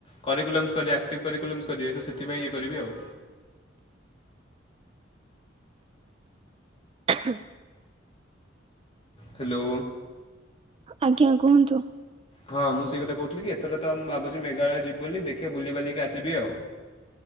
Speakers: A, on the left; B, on the right.
A: କରକୁଲମସ କରି ଆକ୍ଟିଭ୍ କରିକକୁଲମ୍ସ୍ କରିବେ ତ ସେଥିପଁ ଇଏ କରିବି ଆଉ।
B: ହଁ <inaudible>
A: ହ୍ୟାଲୋ।
B: ଆଜ୍ଞା କୁହନ୍ତୁ।
A: ହଁ ମୁଁ ସେଇ କଥା କହୁଥିଲି କି ଏଥର ତ ମୁଁ ଭାବୁଛି ମେଘା ଳୟ ଯିବୁ ବୋଲି ଦେଖିବା ବୁଲିି ଵାଲିକି ଆସିବି ଆଉ।